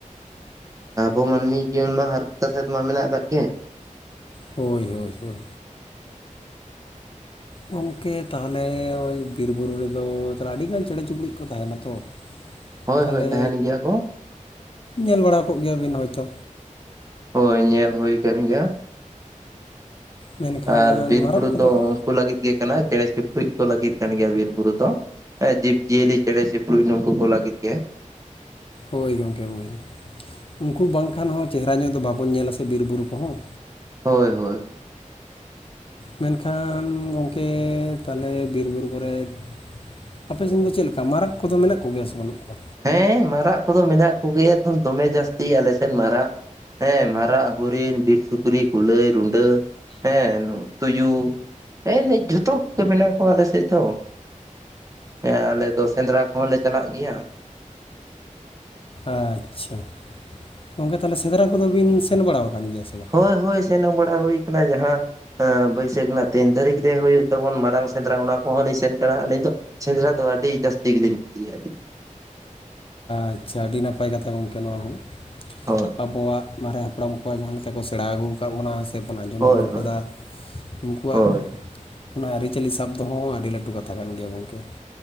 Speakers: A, on the right (about 25°); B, on the left (about 45°).
A: ᱟᱵᱚ ᱢᱟᱹᱱᱢᱤ ᱡᱤᱭᱚᱱ ᱢᱟ ᱦᱟᱨᱠᱮᱛ ᱥᱟᱥᱮᱛ ᱢᱟ ᱢᱮᱱᱟᱜ ᱟᱠᱟᱫ ᱜᱮ
B: ᱦᱳᱭ ᱦᱳᱭ ᱦᱳᱭ ᱜᱚᱢᱠᱮ ᱛᱟᱦᱚᱞᱮ ᱳᱭ ᱵᱤᱨ ᱵᱩᱨᱩ ᱨᱮᱫᱚ ᱟᱹᱰᱤ ᱜᱟᱱ ᱪᱮᱸᱬᱮ ᱪᱩᱯᱲᱩᱫ ᱠᱚ ᱛᱟᱦᱮᱱᱟ ᱛᱚ
A: ᱦᱳᱭ
B: ᱛᱟᱦᱚᱞᱮ
A: ᱦᱳᱭ ᱛᱟᱦᱮᱱ ᱜᱮᱭᱟ ᱠᱚ
B: ᱧᱮᱞ ᱵᱟᱲᱟ ᱠᱚᱜ ᱜᱮᱭᱟ ᱵᱮᱱ ᱦᱚᱭᱛᱚ᱾
A: ᱦᱳᱭ ᱧᱮᱞ ᱦᱳᱭ ᱠᱟᱱ ᱜᱮᱭᱟ᱾
B: ᱢᱮᱱᱠᱷᱟᱱ
A: ᱟᱨ ᱵᱤᱨ
B: ᱢᱟᱨᱟᱜ
A: ᱵᱩᱨᱩ
B: ᱠᱚᱫᱚ
A: ᱫᱚ
B: ᱠᱚ
A: ᱩᱱᱠᱩ ᱞᱟᱹᱜᱤᱫ ᱜᱮ ᱠᱟᱱᱟ ᱪᱮᱸᱬᱮ ᱪᱤᱯᱲᱩᱫ ᱠᱚ ᱞᱟᱹᱜᱤᱫ ᱠᱟᱱ ᱜᱮᱭᱟ ᱵᱤᱨ ᱵᱩᱨᱩ ᱫᱚ᱾ ᱦᱮᱸ ᱡᱤᱵᱽ ᱡᱤᱭᱟᱹᱞᱤ ᱪᱮᱸᱬᱮ ᱪᱤᱯᱲᱩᱫ ᱱᱩᱝᱠᱩ ᱠᱚ ᱞᱟᱹᱜᱤᱫ ᱜᱮ᱾
B: ᱦᱳᱭ ᱜᱚᱝᱠᱮ ᱦᱳᱭ ᱩᱱᱠᱩ ᱵᱟᱝᱠᱷᱟᱱ ᱦᱚᱸ ᱪᱮᱦᱨᱟ ᱧᱚᱜ ᱫᱚ ᱵᱟᱵᱚᱱ ᱧᱮᱞᱟ ᱥᱮ ᱵᱤᱨ ᱵᱩᱨᱩ ᱠᱚᱦᱚᱸ
A: ᱦᱳᱭ ᱦᱳᱭ ᱦᱳᱭ᱾
B: ᱢᱮᱱᱠᱷᱟᱱ ᱜᱚᱢᱠᱮ ᱛᱟᱦᱚᱞᱮ ᱵᱤᱨᱼᱵᱩᱨᱩ ᱠᱚᱨᱮᱫ ᱟᱯᱮ ᱥᱮᱱ ᱫᱚ ᱪᱮᱫ ᱞᱮᱠᱟ ᱢᱟᱨᱟᱫ ᱠᱚᱫᱚ ᱢᱮᱱᱟᱜ ᱠᱚᱜᱮᱭᱟ ᱥᱮ ᱵᱟᱹᱱᱩᱜ ᱠᱚᱣᱟ
A: ᱦᱮᱸ ᱢᱟᱨᱟᱫ ᱠᱚᱫᱚ ᱢᱮᱱᱟᱜ ᱠᱚ ᱜᱮᱭᱟ ᱫᱚᱢᱮ ᱡᱟᱹᱥᱛᱤ ᱟᱞᱮ ᱥᱮᱫ ᱢᱟᱨᱟᱜ ᱦᱮᱸ ᱢᱟᱨᱟᱜ, ᱦᱚᱨᱤᱱ, ᱵᱤᱨ ᱥᱩᱠᱨᱤ, ᱠᱩᱞᱟᱹᱭ, ᱨᱩᱸᱰᱟᱹ ᱦᱮᱸ ᱛᱩᱭᱩ ᱮᱱᱮᱡ ᱡᱷᱚᱛᱚ ᱠᱚᱜᱮ ᱢᱮᱱᱟᱜ ᱠᱚᱣᱟ ᱟᱞᱮ ᱥᱮᱫ ᱫᱚ ᱦᱮᱸ ᱟᱞᱮ ᱫᱚ ᱥᱮᱸᱫᱽᱨᱟ ᱠᱚᱦᱚᱸ ᱞᱮ ᱪᱟᱞᱟᱜ ᱜᱮᱭᱟ᱾
B: ᱟᱪᱪᱷᱟ ᱜᱚᱝᱠᱮ ᱛᱟᱦᱚᱞᱮ ᱥᱮᱸᱫᱽᱨᱟ ᱠᱚᱫᱚ ᱵᱤᱱ ᱥᱮᱱ ᱵᱟᱲᱟ ᱠᱟᱱ ᱜᱮᱭᱟ ᱥᱮ ᱵᱟᱝ
A: ᱦᱳᱭ ᱦᱳᱭ ᱥᱮᱱᱚᱜ ᱵᱟᱲᱟ ᱦᱩᱭ ᱠᱟᱱᱟ ᱡᱟᱦᱟᱸ ᱦᱮᱸ ᱵᱟᱹᱭᱥᱟᱹᱠᱷ ᱨᱮᱱᱟᱜ ᱛᱤᱱ ᱛᱟᱹᱨᱤᱠᱷ ᱨᱮ ᱦᱩᱭᱩᱜ ᱛᱟᱵᱚᱱ ᱢᱟᱨᱟᱝ ᱥᱮᱸᱫᱽᱨᱟ, ᱚᱱᱟ ᱠᱚᱦᱚᱸ ᱞᱤᱧ ᱥᱮᱱ ᱠᱟᱱᱟ ᱟᱹᱞᱤᱧ ᱫᱚ᱾ ᱥᱮᱸᱫᱽᱨᱟ ᱫᱚ ᱟᱹᱰᱤ ᱡᱟᱹᱥᱛᱤ ᱜᱮᱞᱤᱧ ᱠᱩᱥᱤᱭᱟᱜᱼᱟ ᱜᱮ
B: ᱟᱪᱪᱷᱟ ᱟᱹᱰᱤ ᱱᱟᱯᱟᱭ ᱠᱟᱛᱷᱟ ᱜᱚᱝᱠᱮ ᱱᱚᱣᱟ ᱦᱚᱸ
A: ᱦᱳᱭ
B: ᱟᱵᱚᱣᱟᱜ ᱢᱟᱨᱮ ᱦᱟᱯᱲᱟᱢ ᱠᱚᱣᱟᱜ ᱡᱟᱦᱟᱸ ᱞᱮᱠᱟ ᱠᱚ ᱥᱮᱲᱟ ᱟᱹᱜᱩ ᱟᱠᱟᱫ ᱵᱚᱱᱟ ᱥᱮ ᱵᱚᱱ ᱟᱸᱡᱚᱢ
A: ᱦᱳᱭ
B: ᱟᱹᱜᱩ ᱟᱠᱟᱫᱟ
A: ᱦᱳᱭ
B: ᱩᱱᱠᱩᱣᱟᱜ
A: ᱦᱳᱭ
B: ᱚᱱᱟ ᱟᱹᱨᱤᱪᱟᱹᱞᱤ ᱥᱟᱵ ᱫᱚᱦᱚᱸ ᱟᱹᱰᱤ ᱞᱟᱹᱴᱩ ᱠᱟᱛᱷᱟ ᱠᱟᱱ ᱜᱮᱭᱟ ᱜᱚᱝᱠᱮ